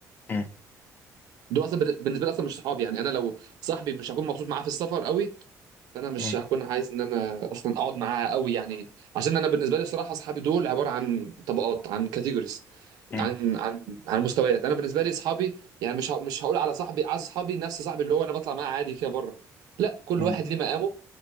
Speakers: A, on the left; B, on the right.
A: مم.
B: دول اصلا بال- بالنسبة لي اصلا مش صحابي يعني انا لو صاحبي مش هكون مبسوط معاه في السفر قوي فانا مش
A: مم.
B: هكون عايز ان انا اصلا اقعد معاه قوي يعني عشان انا بالنسبة لي بصراحة اصحابي دول عبارة عن طبقات عن كاتيجوريز
A: مم.
B: عن عن عن مستويات انا بالنسبه لي اصحابي يعني مش ه- مش هقول على صاحبي عايز اصحابي نفس صاحبي اللي هو انا بطلع معاه عادي كده بره لا كل
A: مم.
B: واحد ليه مقامه